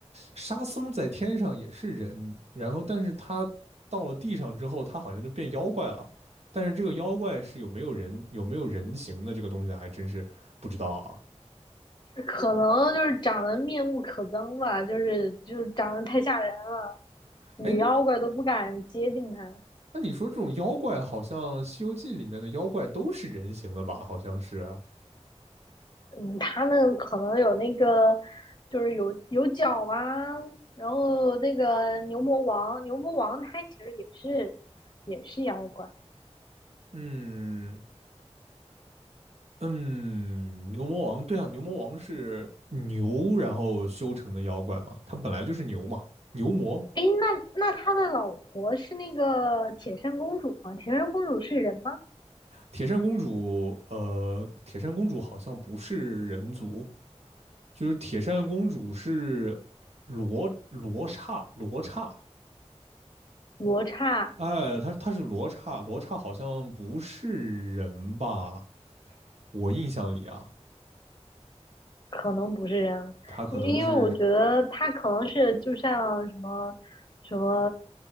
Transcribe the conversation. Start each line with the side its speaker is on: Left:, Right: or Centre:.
Right: 沙僧在天上也是人，然后但是他到了地上之后，他好像就变妖怪了。但是这个妖怪是有没有人有没有人形的这个东西，还真是不知道啊。
Left: 可能就是长得面目可憎吧，就是就是长得太吓人了，女妖怪都不敢接近他。
Right: 哎，那你说这种妖怪，好像《西游记》里面的妖怪都是人形的吧？好像是。
Left: 嗯，他们可能有那个，就是有有角啊，然后那个牛魔王，牛魔王他其实也是也是妖怪。
Right: 嗯嗯，牛魔王，对啊，牛魔王是牛然后修成的妖怪嘛，他本来就是牛嘛，牛魔
Left: 诶，那那他的老婆是那个铁扇公主吗？铁扇公主是人吗？
Right: 铁扇公主，呃，铁扇公主好像不是人族，就是铁扇公主是罗罗刹罗刹，
Left: 罗刹
Right: 哎，她她是罗刹，罗刹好像不是人吧？我印象里啊，
Left: 可能不是人，
Right: 她可能是，
Left: 因因为我觉得他可能是就像什么什么